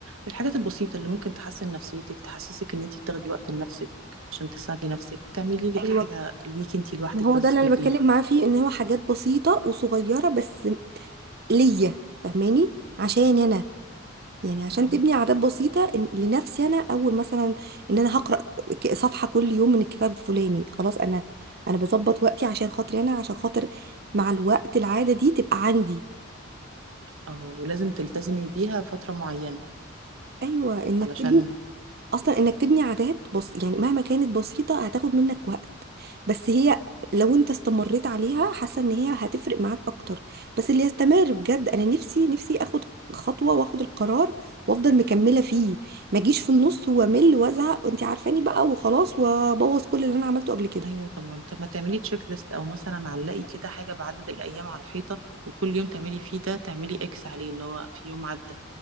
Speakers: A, on the right; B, on the right.
A: الحاجات البسيطه اللي ممكن تحسن نفسيتك تحسسك ان انت بتاخدي وقت لنفسك عشان تساعدي نفسك تعملي لك
B: ايوه
A: حاجه ليك انت لوحدك
B: ما هو
A: بس
B: ده اللي
A: بالليل
B: انا بتكلم معاه فيه ان هو حاجات بسيطه وصغيره بس ليا فاهماني عشاني انا يعني عشان
A: اه
B: تبني عادات بسيطة إن- لنفسي انا اول مثلا ان انا هقرأ ك- صفحة كل يوم من الكتاب الفلاني خلاص انا انا بظبط وقتي عشان خاطري انا عشان خاطر مع الوقت العادة دي تبقى عندي
A: اه ولازم تلتزمي بيها فتره معينه
B: ايوه انك
A: علشان
B: تبني اصلا انك تبني عادات بص يعني مهما كانت بسيطه هتاخد منك وقت بس هي لو انت استمريت عليها حاسه ان هي هتفرق معاك اكتر بس اللي يستمر بجد انا نفسي نفسي اخد خطوه واخد القرار وافضل مكمله فيه ما اجيش في النص وامل وازهق وانت عارفاني بقى وخلاص وابوظ كل اللي انا عملته قبل كده
A: ايوه طبعا طب ما تعملي تشيك ليست او مثلا علقي كده حاجه بعدد الايام على الحيطه وكل يوم تعملي فيه ده تعملي اكس عليه ان هو في يوم عدى